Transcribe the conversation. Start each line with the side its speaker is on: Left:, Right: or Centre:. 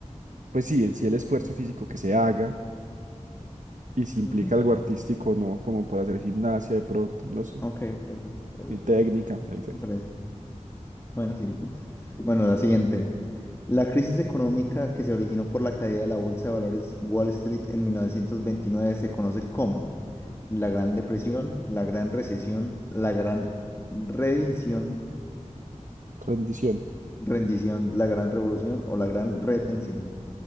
Right: pues sí, en sí el esfuerzo físico que se haga y si implica
Left: ujú.
Right: algo artístico o no, como para hacer gimnasia de pronto, no sé,
Left: Ok, puede ser, puede
Right: ni
Left: ser,
Right: técnica,
Left: puede ser.
Right: en fin.
Left: Me parece. Bueno, sí. Bueno, la siguiente. La crisis económica que se originó por la caída de la bolsa de valores Wall Street en 1929 se conoce como la Gran Depresión, la Gran Recesión, la Gran Redinción,
Right: Rendición.
Left: Rendición, la Gran Revolución o la Gran Retención.